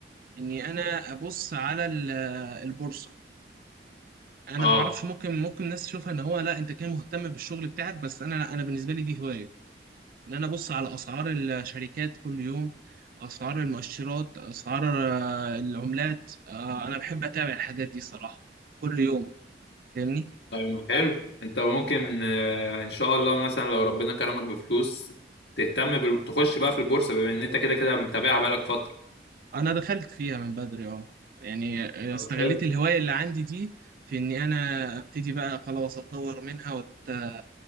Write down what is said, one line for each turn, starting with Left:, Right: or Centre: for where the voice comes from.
Right: اني انا ابص على ال- البورصه انا
Left: اه
Right: ما اعرفش ممكن ممكن ناس تشوفها ان هو لا انت كان مهتم بالشغل بتاعك بس انا لا انا بالنسبه لي دي هوايه ان انا ابص على اسعار الشركات كل يوم اسعار المؤشرات اسعار آه، العملات آه، انا بحب اتابع الحاجات دي صراحه كل يوم فاهمني
Left: طيب ما حلو انت ممكن آه، ان شاء الله مثلا لو ربنا كرمك بفلوس تهتم بال... تخش بقى في البورصه بما ان انت كده كده متابعها بقالك فتره
Right: انا دخلت فيها من بدري اه يعني
Left: طب
Right: استغليت
Left: حلو
Right: الهوايه اللي عندي دي في اني انا ابتدي بقى خلاص اطور منها وأت-